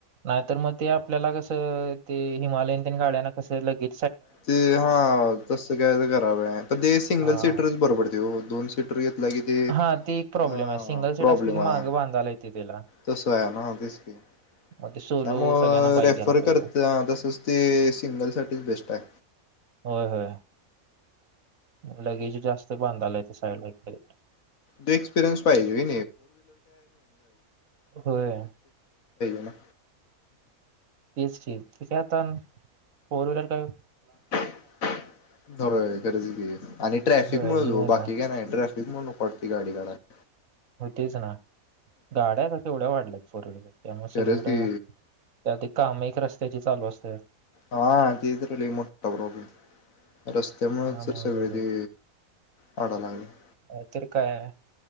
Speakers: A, on the right (about 65°); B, on the left (about 65°).
A: नाहीतर मग ते आपल्याला कसं ते हिमालयन गाड्यांना ते कसं लगे
B: ते हां तसं काय तर करावें ते सिंगल
A: हा
B: सीटरच परवडते हो. दोन सीटर घेतला की ते अ
A: हा ते एक प्रॉब्लेम आहे सिंगल सीट
B: प्रॉब्लेम
A: असली की मागं
B: हाय.
A: बांधायला येते त्याला
B: तसं हाय हा तेच कि
A: मग ते सोलो
B: त्यामुळं
A: सगळ्यांना बाईक
B: रेफर
A: घ्यायला पाहिजे
B: करत तसच ते सिंगल साठीच बेस्ट हाय.
A: होय होय लगेज जास्त बांधाला येत साईडला एकडे
B: <inaudible> पाहिजे
A: होय
B: ना
A: ठीकयातान फोर व्हीलर काय हो
B: हो खरंच की आणि ट्रॅफिक
A: होय
B: मुळच
A: हे
B: हो
A: नाही
B: बाकी
A: ना
B: काय नाही ट्रॅफी मगं नको वाटती गाडी काढायला.
A: होय तेच ना गाड्या आता केवढ्या वाढल्यात फोर व्हीलर त्यामुळे
B: खरंच
A: सगळीकडे
B: की
A: त्या काम एक रस्त्या ते चालू असते.
B: हा ते तर लयी मोठा प्रॉब्लेम रस्त्यामुळेच
A: त्यामुळे
B: सगळं ते वाडा लागलायं
A: नाही तर काय